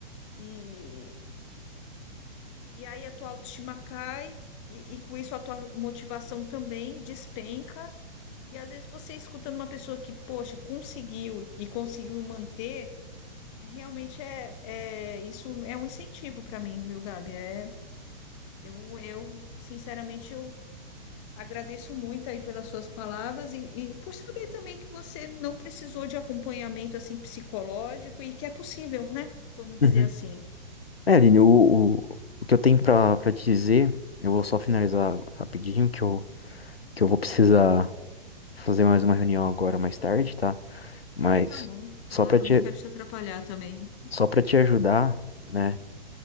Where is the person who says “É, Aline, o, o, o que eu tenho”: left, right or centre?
Left